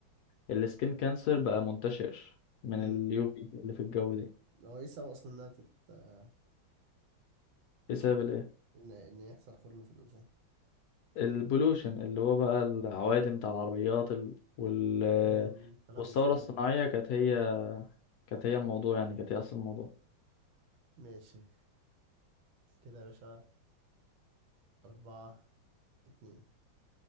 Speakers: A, on the left (about 75°); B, on the right (about 80°).
A: السكين كانسر بقى منتشر من
B: مم.
A: اليو في اللي في الجو دي
B: هو ايه السبب أصلا إنها تت آه،
A: ايه سبب الايه
B: إن إن يحصل خرم في الأوزون
A: البولوشن اللي هو بقى العوادم بتاع العربيات ال... وال...
B: مم، تلوث
A: والثورة
B: عموما.
A: الصناعية كانت هي كانت هي الموضوع يعني كانت هي أصل الموضوع
B: ماشي كده يا باشا أربعة اتنين